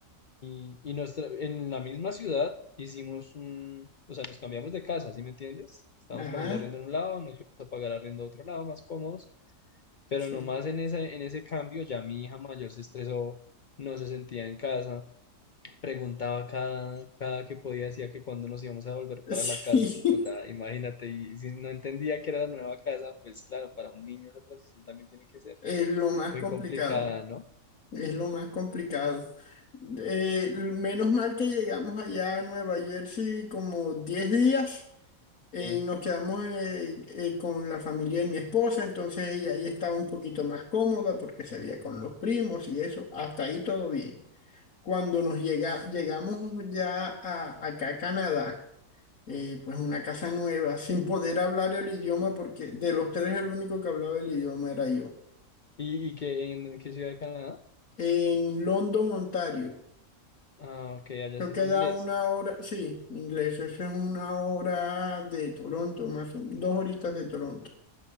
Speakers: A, on the left; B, on the left.
A: Y, y nos tra- en la misma ciudad hicimos un, o sea, nos cambiamos de casa, ¿sí me entiendes? Estábamos
B: ajá,
A: pagando arriendo en un lado, nos fuimos a pagar arriendo a otro lado, más cómodos. Pero
B: sí.
A: nomás en ese, en ese cambio ya mi hija mayor se estresó, no se sentía en casa, preguntaba cada, cada que podía, decía que cuándo nos íbamos a volver
B: <laughs>
A: para la casa.
B: Sí,
A: O sea, imagínate, y si no entendía que era la nueva casa, pues claro, para un niño esa transición también tiene que ser
B: es lo más
A: muy
B: complicado,
A: complicada, ¿no?
B: es lo más complicado. Eh, menos mal que llegamos allá a Nueva Jersey como 10 días eh,
A: Sí.
B: y nos quedamos eh, eh, con la familia de mi esposa, entonces ella ahí estaba un poquito más cómoda porque se veía con los primos y eso, hasta ahí todo bien. Cuando nos llega, llegamos ya a, acá a Canadá, eh, pues una casa nueva, <laughs> sin poder hablar el idioma porque de los tres el único que hablaba el idioma era yo.
A: ¿Y, y qué, en qué ciudad de Canadá?
B: En London, Ontario.
A: Ah, ok, allá
B: Eso
A: sí
B: queda
A: es inglés.
B: una hora, sí, inglés, eso es una hora de Toronto, más o- dos horitas de Toronto.